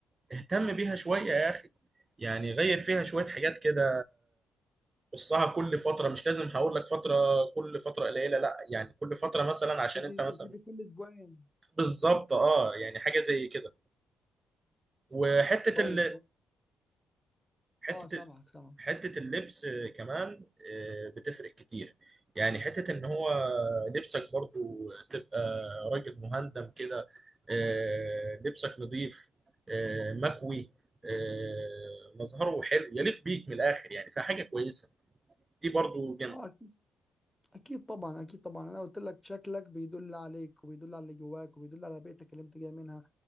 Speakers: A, on the right (about 25°); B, in the centre.
A: اهتم بيها شويه يا اخي يعني غير فيها شويه حاجات كده قصها كل فتره مش لازم هقول لك فتره كل فتره قليله لا يعني كل فتره مثلا عشان
B: ابتدي
A: انت مثلا
B: ابتدي كل اسبوعين
A: بالظبط اه يعني حاجه زي كده وحته
B: طيب
A: ال... حته
B: اه سامعك
A: ال...
B: سامعك
A: حته اللبس كمان آه، بتفرق كتير يعني حته ان هو لبسك برضو تبقى راجل مهندم كده آه، لبسك نظيف آه، مكوي آه، مظهره حلو يليق بيك من الاخر يعني فحاجه كويسه دي برضو
B: اه اكيد أكيد طبعا اكيد طبعا انا قلت لك شكلك بيدل عليك وبيدل على اللي جواك وبيدل على بيئتك اللي انت جاي منها